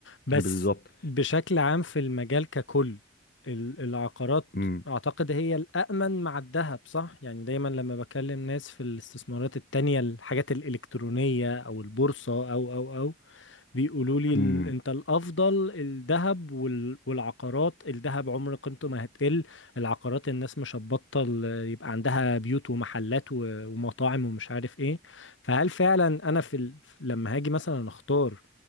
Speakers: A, on the left; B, on the left.
A: بس
B: بالظبط
A: بشكل عام في المجال ككل ال- العقارات
B: امم
A: اعتقد هي الأأمن مع الذهب صح يعني دايما لما بكلم ناس في الاستثمارات التانية الحاجات الإلكترونية او البورصة او او او بيقولوا لي ال...
B: امم
A: انت الافضل الذهب وال... والعقارات الذهب عمر قيمته ما هتقل العقارات الناس مش هتبطل يبقى عندها بيوت ومحلات و... ومطاعم ومش عارف ايه فهل فعلا انا في ال... لما هاجي مثلا اختار